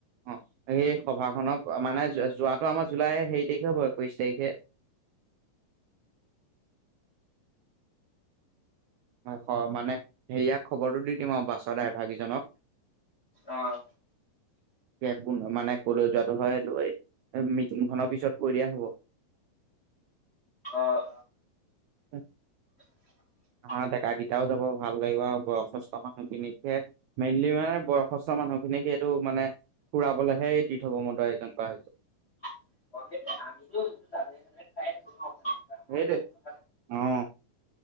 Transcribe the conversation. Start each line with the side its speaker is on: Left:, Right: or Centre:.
Right: অ সেই সভা খনক মানে যোৱাটো আমাৰ জুলাই সেই তাৰিখে হ'ব একৈশ তাৰিখে
Left: <inaudible>
Right: মানে ঘৰৰ মানে সেয়াক খবৰটো দি দিম আৰু বাছত ডাই ভাৰ কেইজনক।
Left: অ',
Right: কেব মানে কলৈ যোৱাটো হয় লৈ মিটিংখনৰ পিছত কৈ দিয়া হ'ব
Left: অ অ।
Right: <unintelligible>
Left: <unintelligible>
Right: হ ডেকাকেইটাও যাব ভাল লাগিব আৰু বয়সস্থ মানুহ খিনিক হে মেইনলি মানে বয়সস্থ মানুহ খিনিক এইটো মানে ফুৰাবলৈহে তীৰ্থ ভ্ৰমনটো আয়োজন কৰা হৈছে
Left: আমিটো জানুৱাৰী চানুৱাৰী খাই থাকো ন'
Right: সেইটোৱে অ